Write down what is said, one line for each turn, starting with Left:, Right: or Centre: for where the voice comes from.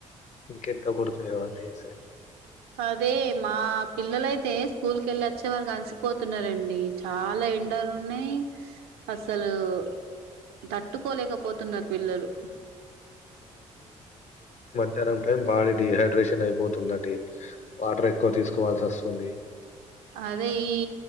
Left: ఇంకెంత గొడతయో అనేసి
Right: అదే మా పిల్లలయితే స్కూల్కెళ్ళొచ్చే వరికి అలిసిపోతున్నారండి. చాలా ఎండలున్నాయి అసలు ఒ తట్టుకోలేకపోతున్నారు పిల్లలు
Left: ద్యాన్నం టైం బాడీ డీహైడ్రేషన్ అయిపోతుందండి. వాటర్ ఎక్కువ తీస్ కోవాల్సొస్తుంది.
Right: అదే ఈ